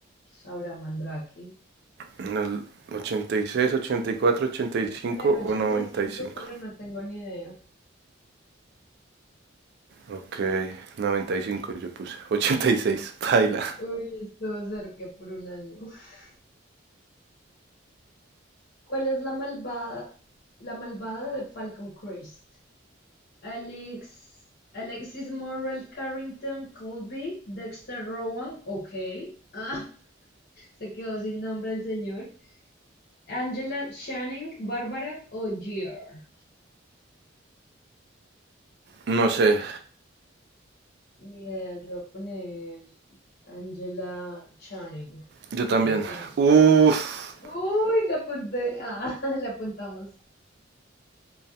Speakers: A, on the left; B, on the right.
A: Sabrá Mandrake.
B: En el ochenta y seis, ochenta y cuatro, ochenta y
A: Voy
B: cinco
A: a poner
B: o
A: ochenta
B: noventa
A: y cinco,
B: y cinco
A: pero no tengo ni idea.
B: Ok, 95 yo puse. ochenta y seis. baila.
A: Uy, estuvo cerca por un año. <laughs> ¿Cuál es la malvada, la malvada de Falcon Crest? Alex, Alexis Morrell Carrington Colby, Dexter Rowan, ok. <laughs> Se quedó sin nombre el señor. Angela Channing, Bárbara O'Gear.
B: No sé,
A: Ni idea, yo voy a poner Angela Channing.
B: yo
A: Ni
B: también.
A: idea quién es.
B: Uf,
A: Uy, la apunté. Ah, <laughs> la apuntamos.